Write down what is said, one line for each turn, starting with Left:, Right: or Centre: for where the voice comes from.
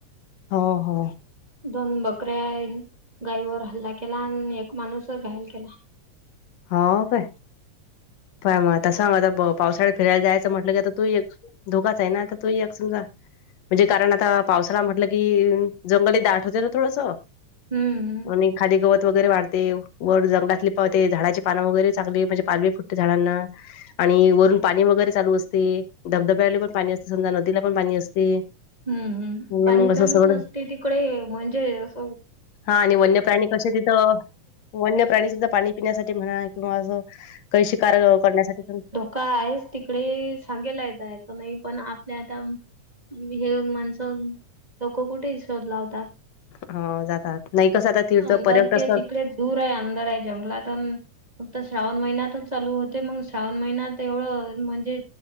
Left: हो हो
Right: दोन बकऱ्या गाईवर हल्ला केला आणि एक माणूस घायल केला
Left: हो काय काय मग तस सांग आता पावसाळ्यात फिरायला जायचं म्हटलं की आता तू एक धोकाच आहे ना आ तर तू एक समजा म्हणजे कारण आता पावसाला म्हटलं की जंगलीत दाट होते ना थोडंस
Right: हम्म
Left: आणि खाली गवत वगैरे वाढते वर जंगलातली पावते झाडा पान वगरेगली म्हणजे पालवी फुटते झाडांना आणि वरून पाणी वगैरे चालू असते धबधब्याला पण पाणी असते समजा नदीला पण पाणी असते
Right: हम्म हम्
Left: आणि
Right: पाणी
Left: मग असं
Right: चालूच
Left: सगळं
Right: असते तिकडे म्हणजे अस
Left: हा आणि वन्य प्राणी कसे तिथं वन्य प्राणी सुद्धा पाणी पिण्यासाठी म्हणा किंवा अस काही शिकार करण्यासाठी
Right: का आहेच तिकडे सांगेला जायचं नाही पण आपल्या आता हे माणसं लोक कुठे इशध लावतात
Left: ह जातात नाही कसं आता तीर्थ
Right: अंदर
Left: पर्यटस्थ
Right: ते तिकडे दूर आहे अंंदर आहे जंगलातून फक्त श्रावण महिन्यातच चालू होते मग श्रावण महिन्यात एवढं म्हणजे